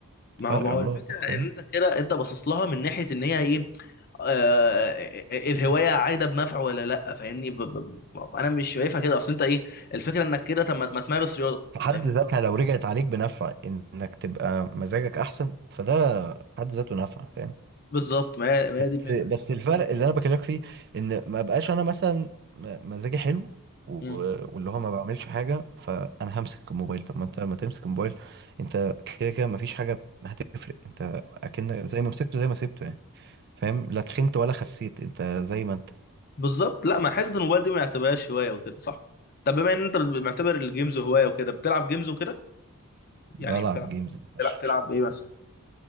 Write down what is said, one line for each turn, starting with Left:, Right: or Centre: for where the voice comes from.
Left: ما
Right: فرق
Left: هو ما هو
Right: عملاق
Left: الفكره
Right: فاهم
Left: ان انت كده انت باصص لها من ناحيه ان هي ايه آه آه، آه، الهوايه عايده بنفع ولا لا فاهمني ب ب ب- انا مش شايفها كده اصل انت ايه الفكره انك كده طب ما ما تمارس رياضه
Right: في حد
Left: فاهمني
Right: بالظبط ذاتها لو رجعت عليك بنفع إنك تبقى مزاجك أحسن فده في حد ذاته نفع فاهم
Left: بالظبط ما هي ما
Right: بس
Left: هي دي الفكره
Right: بس الفرق اللي انا بكلمك فيه ان ما بقاش انا مثلا م- مزاجي حلو و-
Left: مم.
Right: واللي هو ما بعملش حاجه فانا همسك الموبايل طب ما انت لما تمسك الموبايل انت كده كده ما فيش حاجه هتفرق انت اكن زي ما مسكته زي ما سبته يعني فاهم لا تخنت ولا خسيت انت زي ما انت
Left: بالظبط لا ما حته الموبايل دي ما نعتبرهاش هوايه وكده صح طب بما ان انت معتبر الجيمز هوايه وكده بتلعب جيمز وكده
Right: بلعب
Left: يعني بتلعب
Right: جيمز ماشي
Left: بتلعب تلعب ايه مثلا